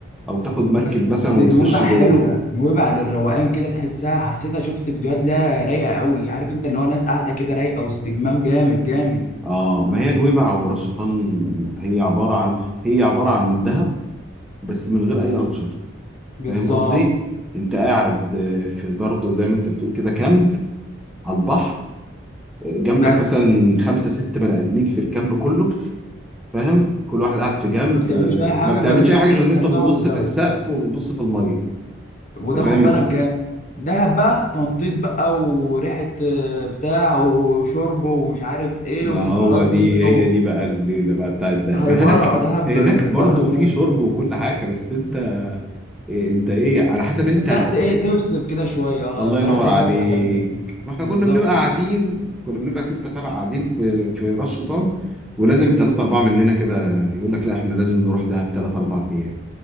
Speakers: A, in the centre; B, on the left.
A: او تاخد مركب
B: بس
A: مثلا وتخش
B: نويبع
A: جوه
B: حلوه نويبع للروقان كده تحسها حسيتها شفت فيديوهات لها رايقه قوي عارف انت اللي هو ناس قاعده كده رايقه واستجمام جامد جامد
A: اه ما هي نويبع وراس شيطان هي عباره عن هي عباره عن دهب بس من غير اي انشطه
B: بالظبط
A: فاهم قصدي انت قاعد آه، في برضه زي ما انت بتقول كده كامب على البحر آه، جنبك
B: بس
A: مثلا خمسه ست بني ادمين في الكامب كله فاهم كل واحد قاعد في جنب
B: ما بتعملوش
A: آه،
B: اي حاجه
A: ما بتعملش
B: غير ان
A: اي
B: انتوا
A: حاجه غير
B: بتستمتعوا
A: ان انت بتبص
B: بالجو
A: في السقف وبتبص في الميه
B: وده
A: انت فاهم
B: خد بالك
A: إز-
B: جامد دهب بقى تنطيط بقى وريحه آه، بتاع وشرب ومش عارف ايه
A: ما
B: وسهرات
A: هو دي
B: هنا
A: هي
B: و...
A: دي بقى الليله بقى بتاعت دهب
B: هيبره
A: ما هناك
B: دهب
A: هناك
B: هيبره
A: برضه
B: هيبره
A: في شرب وكل حاجه بس انت إيه انت ايه على حسب
B: بس
A: انت
B: انت رحت ايه تفصل كده شويه اه
A: الله
B: انت
A: ينور
B: رحت تروح
A: عليك
B: على دماغك
A: ما احنا
B: بالظبط
A: كنا بنبقى قاعدين
B: كده
A: كنا بنبقى ستة سبعة قاعدين في في راس شيطان ولازم ثلاثة أربعة مننا كده يقول لك لا احنا لازم نروح دهب ثلاثة أربعة أيام